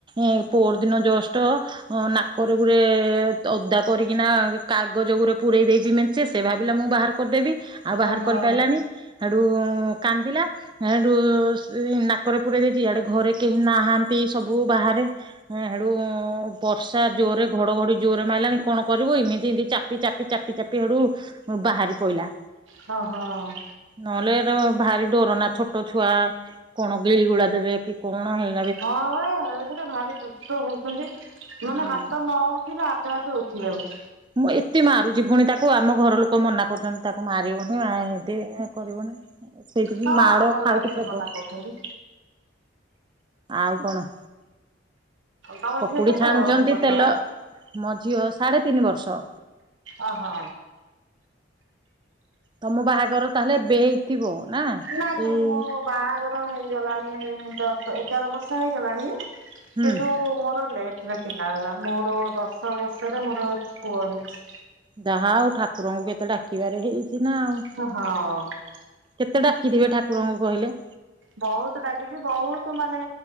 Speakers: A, on the right (about 25°); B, on the right (about 80°).
A: ଏଁ ପୋଅର ଦିନ ଜଷ୍ଟ୍ ଅଁ-ଅଁ ନାକରେ ଗୁରେ-ଏ-ଏ-ଏ ଓ ଓଦା କରିକିନା କାଗଜ ଗୁରେ ପୁରେଇଦେଇଚି ମେ ସେ, ସେ ଭାବିଲା ମୁଁ ବାହାର କରିଦେବି ଆଉ ବାହାର
B: ଓହୋ
A: କରି ପାଇଲାନି ହେଠୁ କାନ୍ଦିଲା। ହେଠୁ-ଉ-ଉ ସ୍ ନାକରେ ପୁରେଇ ଦେଇଚି ଇଆଡ଼େ ଘରେ କେହି ନାହାଁନ୍ତି ସବୁ ବାହାରେ। ହଁ ହେଟୁ ବର୍ଷା ଜୋରେ ଘଡଘଡି ଜୋରେ ମାଇଲାଣି କଣ କରିବୁ ଏମିତି ଏମିତି ଚାପି ଚାପି ଚାପି ଚାପି କେଡୁ ଅ ବାହାରି ପଇଲା।
B: ହଁ ହଁ।
A: ନହେଲେ ଏରା ଭାରି ଡ଼ର ନା ଛୋଟ ଛୁଆ କଣ ଗିଳିଗୁଳା ଦେବେ କି କଣ ହେଇ
B: ହଁ ପା <inaudible> ଭାରି ଦୁଷ୍ଟ ହୋଉଚନ୍ତି
A: ହୁଁ।
B: ମାନେ ହାତ ନ ଉଠିଲା ହାତ ଫାତ ଉଠି ଯାଉଚି।
A: ମୁଁ ଏତେ ମାରୁଚି ପୁଣି ତାକୁ ଆମ ଘର ଲୁକ ମନା କରୁଚନ୍ତି ତାକୁ ମାରିବୁନି ଆ ଏମିତି ଏ କରିବୁନୀ। ସେଇଥି ରୁ
B: ହଁ
A: ମାଡ଼
B: ଆମର
A: ଖାଉଚି
B: ବା ସେଇ
A: ପ୍ରବଳ।
B: ମନା କରୁଛନ୍ତି।
A: ଆଉ କଣ?
B: ତମ
A: ପକୁଡ଼ି
B: ଝିଅ କେତେ
A: ଛାଣୁଚନ୍ତି
B: ବର୍ଷର?
A: ତେଲ ମୋ ଝିଅ ସାଢେ ତିନି ବର୍ଷ।
B: ଅ ହ।
A: ତମ ବାହାଘର ତାହେଲେ ଏବେ ହେଇ ଥିବ ନା।
B: ନାଇଁ ନାଇଁ
A: ଏଇ
B: ମୋ ବାହାଘର ହେଇ ଜଲାଣି ତ ଦଶ ଏଗାର ବର୍ଷ ହେଇଗଲାଣି କିନ୍ତୁ
A: ହୁଁ
B: ମୋର ଲେଟ୍ ରେ କି ନା ଲା ମୋର ଦଶ ବର୍ଷ ରେ ମୋର ପୁଅ ହେଇଚି।
A: ଯାହା ଓଉ ଠାକୁରଙ୍କୁ କେତେ ଡାକିବାରେ ହେଇଛି ନା ଆଉ।
B: ହଁହଁ।
A: କେତେ ଡାକିଥିବେ ଠାକୁରଙ୍କୁ କହିଲେ।
B: ବହୁତୁ ଡ଼ାକିଚି ବହୁତ ମାନେ